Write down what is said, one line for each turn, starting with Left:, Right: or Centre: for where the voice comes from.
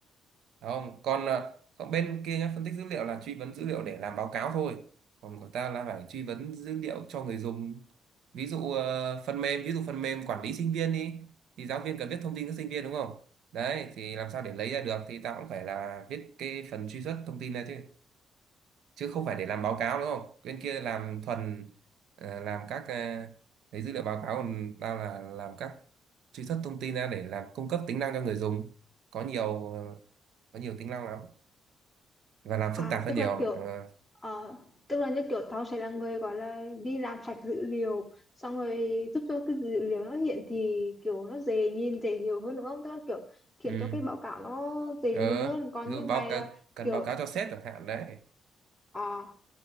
Right: không còn ờ, còn bên kia nhá phân tích dữ liệu là truy vấn dữ liệu để làm báo cáo thôi còn của ta là phải truy vấn dữ liệu cho người dùng ví dụ ờ, phần mềm ví dụ phần mềm quản lý sinh viên đi thì giáo viên cần biết thông tin các sinh viên đúng không đấy thì làm sao để lấy ra được thì ta cũng phải là viết cái phần truy xuất thông tin ra chứ chứ không phải để làm báo cáo đúng không bên kia làm thuần ờ, làm các ờ, lấy dữ liệu báo cáo còn ta là làm các truy xuất thông tin ra để làm cung cấp tính năng cho người dùng có nhiều ờ, có nhiều tính năng lắm và làm
Centre: À,
Right: phức tạp hơn
Centre: tức
Right: nhiều
Centre: là kiểu
Right: ờ
Centre: ờ, tức là như kiểu tao sẽ là người gọi là đi làm sạch dữ liệu xong rồi giúp cho cái dữ liệu nó hiện thì kiểu nó dễ nhìn dễ hiểu hơn đúng không? Tức là kiểu khiến
Right: ừ.
Centre: cho cái báo cáo nó dễ
Right: ờ
Centre: nhìn hơn còn
Right: ví dụ
Centre: như mày
Right: báo cáo,
Centre: là
Right: cần
Centre: kiểu
Right: báo cáo cho sếp chẳng hạn đấy
Centre: à,